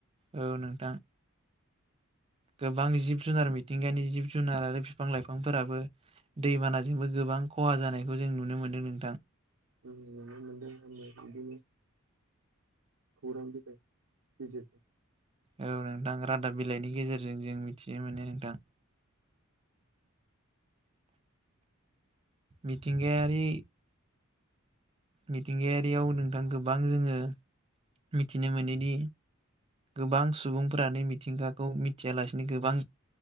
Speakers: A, on the right; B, on the right.
A: औ नोंथां। गोबां जिब जुनार मिथिंगानि जिब जुनार आरो बिफां लाइफांफोराबो दैबानाजोंबो गोबां खहा जानायखौ जों नुनो मोनो नोंथां।
B: उम नुनो मोनदों आंबो बिदिनो खौरां बिलाइफोरनि गेजेरजों
A: औ नोंथां रादाब बिलाइनि गेजेरजों जों मिथिनो मोनो नोंथां मिथिंगायारि मिथिंगायारियाव नोंथां गोबां जोङो मिथिनो मोनोदि। गोबां सुबुंफोरानो मिथिंगाखौ मिथियालासिनो गोबां